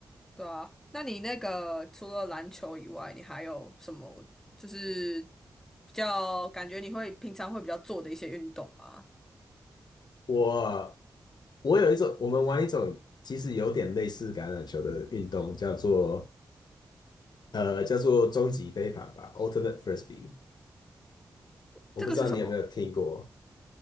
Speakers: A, in the centre; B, on the left (about 65°).
A: 对啊。那你那个除了篮球以外，你还有什么就是比较感觉你会平常会比较做的一些运动吗？
B: 我我有一种，我们玩一种其实有点类似橄榄球的运动，叫做呃叫做终极飞盘吧，Ultimate Frisbee。我不知道你有没有听过，
A: 这个是什么？